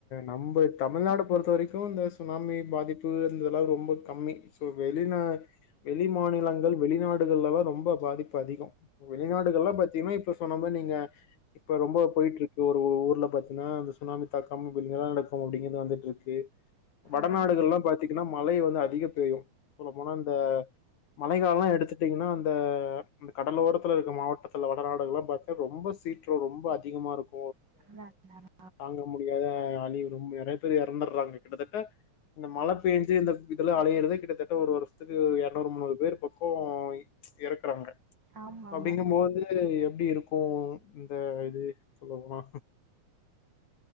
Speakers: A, on the left (about 70°); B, on the right (about 35°).
A: நம்ப தமிழ்நாடு பொறுத்த வரை க்கு இந்த சுனாமி பாதிப்பு இந்தளவு‌ ரொம்ப கம்மி ஸோ வெளிநா வெளி மாநிலங்கள் வெளிநாடுகள்லதா ரொம்ப பாதிப்பு அதிகொ வெளிநாடுகள்லா பாத்தீங்கனா இப்ப சொன்ன மா நீங்க இப்ப ரொம்ப போயிட்ருக்கு ஒரு ஊர்ல பா த்தின்னா அந்த சுனாமி தாக்கம் இப்ப நிலநடுக்கம் அப்டிங்கிறது வந்துட்ருக்கு வடநாடுகள்லா
B: அதெல்லாம்
A: பாத்தீங்கனா மழை வந்து அதிக பேயு சொல்ல போனா இந்த மழை கால எடுத்துட்டீங்கனா அந்த கடலோரத்துல இருக்க மாவட்டத்துல வடநாடுகள்ல பாத்த ரொம்ப சீற்றொ ரொம்ப அதிகமாருக்
B: <inaudible>
A: தாங்க முடியா த அழி ரொம் நெறைய பேர் எறந்துர்றாங்க கிட்டத்தட்ட இந்த மழ பேஞ்சு இந்த இதுல அழியிறதெ கிட்டத்தட்ட ஒரு வருஷத்துக்கு எர்நூறு முன்னூறு பேர் பக்கொ எறக்குறாங்க
B: ஆமா ஆமா
A: அப்டிங்கம்மோது எ ப்டி இருக்கு இந்த இது சொல்ல போனா